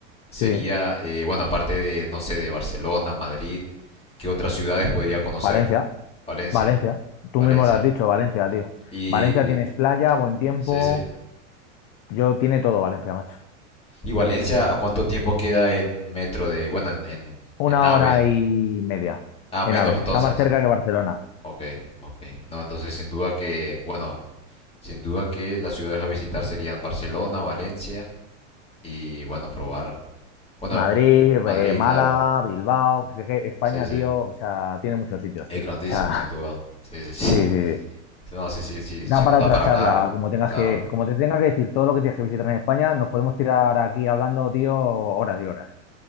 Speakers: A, on the left (about 15°); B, on the left (about 45°).
A: sería,
B: Sí,
A: eh, bueno, aparte de, no sé, de Barcelona, Madrid, ¿qué otras ciudades podría conocer?
B: Valencia,
A: Valencia,
B: Valencia. Tú
A: Valencia.
B: mismo lo has dicho, Valencia, tío.
A: Y...
B: Valencia tienes playa, buen tiempo.
A: Sí, sí.
B: Yo tiene todo Valencia, macho.
A: ¿Y Valencia a cuánto tiempo queda en metro de, bueno, en, en,
B: Una
A: en AVE?
B: hora y media
A: Ah,
B: en
A: menos
B: AVE.
A: entonces.
B: Está más cerca que Barcelona.
A: Ok, ok. No, entonces sin duda que, bueno, sin duda que las ciudades a visitar serían Barcelona, Valencia y, bueno, probar. Bueno,
B: Madrid,
A: Madrid,
B: eh, Málaga,
A: claro.
B: Bilbao. Pues es que España,
A: Sí, sí.
B: tío, o sea, tiene muchos sitios,
A: Es
B: tío.
A: grandísimo,
B: O sea,
A: sin duda.
B: <laughs>
A: Sí, sí, sí.
B: sí, sí,
A: <laughs>
B: sí.
A: No, sí, sí, sí. Si
B: Da para
A: nos da
B: otra
A: para
B: charla,
A: hablar,
B: como tengas
A: claro,
B: que, como te tenga que decir todo lo que tienes que visitar en España, nos podemos tirar aquí hablando, tío, horas y horas.